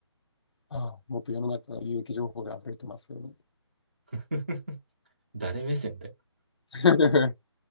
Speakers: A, on the left; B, on the right.
A: ああ、もっと世の中の有益情報で溢れてますよね。
B: <laughs> 誰目線で
A: <laughs>